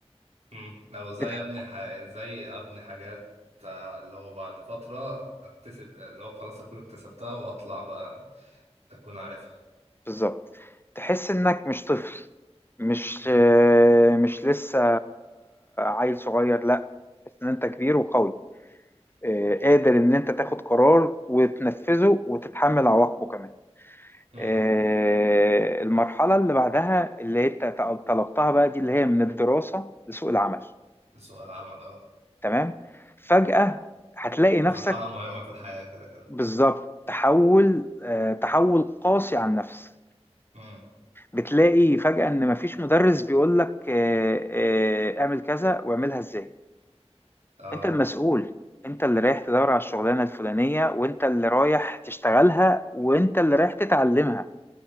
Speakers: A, on the right; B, on the left.
A: مم. لو ازاي
B: بتح-
A: ابني ح... ازاي ابني حاجات آه، اللي هو بعد فترة اكتسب اللي هو خلاص اكون اكتسبتها واطلع بقى اكون عارفها
B: بالظبط تحس انك مش طفل مش
A: مم.
B: آه، مش لسه عيل صغير لا تحس ان انت كبير وقوي آه، قادر ان انت تاخد قرار وتنفذه وتتحمل عواقبه كمان
A: مم.
B: آه، المرحلة اللي بعدها اللي هي ت- طلبتها بقى دي اللي هي من الدراسة لسوق العمل
A: سؤال عمل اه
B: تمام فجأة هتلاقي نفسك
A: مرحلة مهمة في الحياة كده كده
B: بالظبط تحول آه، تحول قاسي عن نفسك
A: مم.
B: بتلاقي فجأة ان مفيش مدرس بيقولك آه، آه، اعمل كذا واعملها ازاي
A: اه
B: انت المسؤول انت اللي رايح تدور على الشغلانة الفلانية وانت اللي رايح تشتغلها وانت اللي رايح تتعلمها